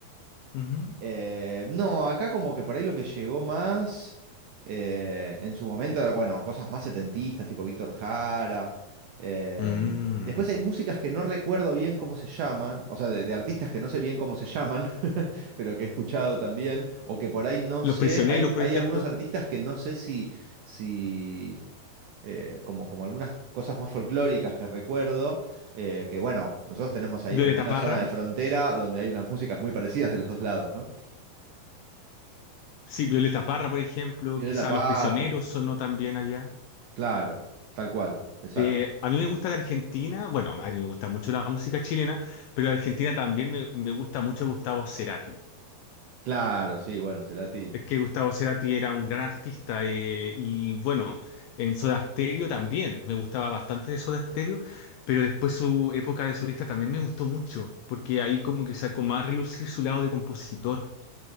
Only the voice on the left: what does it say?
Ujú.
Mm.
Los
prisioneros,
por
ejemplo.
Violeta
Parra.
Sí, Violeta Parra, por ejemplo.
Quizá
Los prisioneros sonó también allá.
Eh, a mí me gusta de Argentina. Bueno, a mí me gusta mucho la música chilena, pero de Argentina también me, me gusta mucho Gustavo Cerati.
Es que Gustavo Cerati era un gran artista eh, y bueno, en Soda Stereo también, me gustaba bastante de Soda Stereo, pero después su época de solista también me gustó mucho, porque ahí como que sacó más a relucir su lado de compositor.